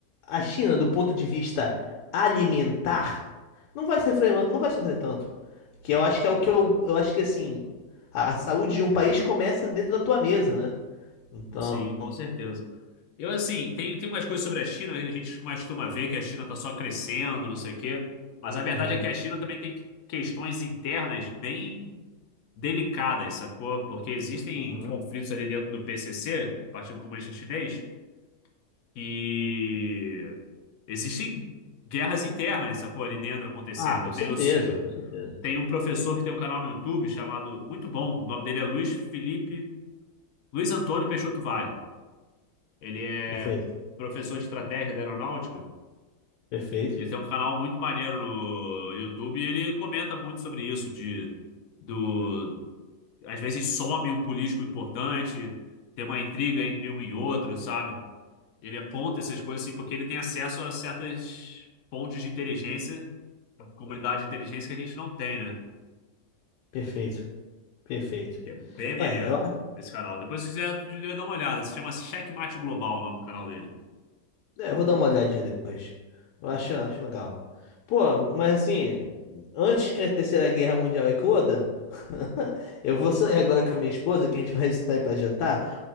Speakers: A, on the left; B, on the left.
A: a China, do ponto de vista alimentar, não vai sofrer, não vai sofrer tanto. Que eu acho que é o que eu, eu acho que assim, a a saúde de um país começa dentro da tua mesa, né? Então,
B: sim, com certeza. Eu, assim, tem, tem umas coisas sobre a China, a gente costuma ver que a China tá só crescendo, não sei o quê. Mas a verdade
A: uhum.
B: é que a China também tem questões internas bem delicadas, sacou? Porque existem
A: Uhum.
B: conflitos ali dentro do PCC, Partido Comunista Chinês, que existem guerras internas, sacou? Ali dentro acontecendo.
A: Ah, com
B: Eu
A: certeza,
B: tenho, eu, se-
A: com certeza.
B: Tem um professor que tem um canal no YouTube chamado, muito bom, o nome dele é Luiz Felipe, Luiz Antônio Peixoto Vale. Ele é
A: Perfeito,
B: professor de estratégia da aeronáutica.
A: perfeito,
B: Ele tem um canal muito maneiro no YouTube e ele comenta muito sobre isso, de do às vezes some um político importante, tem uma intriga entre um e outro, sabe? Ele aponta essas coisas assim porque ele tem acesso a certas fontes de inteligência, comunidade de inteligência que a gente não tem, né?
A: perfeito, perfeito.
B: Que é bem maneiro
A: É, eu,
B: esse canal. Depois, se quiser, tu devia dar uma olhada. Se chama Checkmate Global, o nome do canal dele.
A: é, eu vou dar uma olhadinha depois. Eu acho, acho legal. Pô, mas assim, antes que a Terceira Guerra Mundial ecloda, <laughs> eu vou sair agora com a minha esposa, que a gente vai <laughs> sair pra jantar,